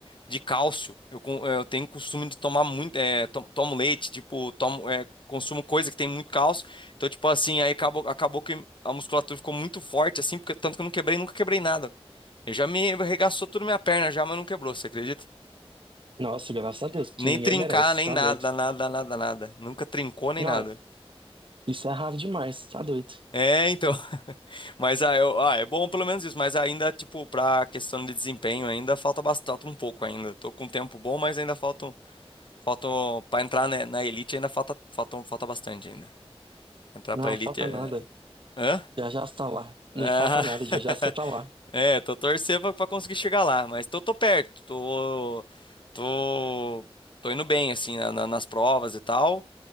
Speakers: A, on the left; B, on the right.
A: de cálcio. Eu, con- eu tenho costume de tomar muito, é, to- tomo leite, tipo, tomo, é, consumo coisa que tem muito cálcio. Então, tipo assim, aí acabou, acabou que a musculatura ficou muito forte, assim, porque tanto que eu não quebrei, nunca quebrei nada. Eu já me arregaçou tudo minha perna já, mas não quebrou, você acredita?
B: nossa, graças a Deus, porque
A: Nem
B: ninguém
A: trincar,
B: merece,
A: nem
B: tá
A: nada,
B: doido?
A: nada, nada, nada. Nunca trincou nem
B: Não,
A: nada.
B: isso é raro demais, tá doido?
A: É, então. <laughs> Mas ah, eu, ah, é bom pelo menos isso, mas ainda, tipo, pra questão de desempenho, ainda falta bastante um pouco ainda. Tô com um tempo bom, mas ainda faltam, faltam para entrar na, na elite ainda falta, falta, falta bastante ainda. Entrar
B: Não,
A: pra elite
B: falta
A: é...
B: nada.
A: Hã?
B: Já já você tá lá.
A: Ah,
B: Não falta nada, já já você tá lá.
A: <laughs> é, tô torcendo pra, pra conseguir chegar lá, mas tô, tô perto, tô, tô, tô indo bem, assim, na- na- nas provas e tal.